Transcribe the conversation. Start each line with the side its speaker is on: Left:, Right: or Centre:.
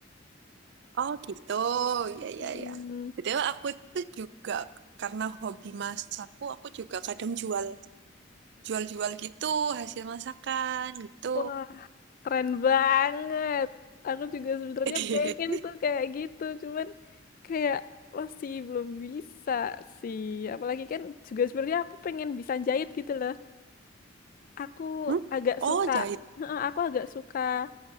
Right: Oh, gitu. Ya,
Left: Hmm.
Right: ya, ya. Betul, aku itu juga karena hobi masakku, aku juga kadang jual jual-jual gitu hasil masakan gitu.
Left: wah, Keren banget. Aku juga sebenarnya
Right: <laughs>
Left: pengen tuh kayak gitu, cuman kayak masih belum bisa sih. Apalagi kan juga sebenarnya aku pengen bisa jahit gitu loh. Aku
Right: Hmm?
Left: agak
Right: Oh,
Left: suka,
Right: jahit.
Left: Heeh, aku agak suka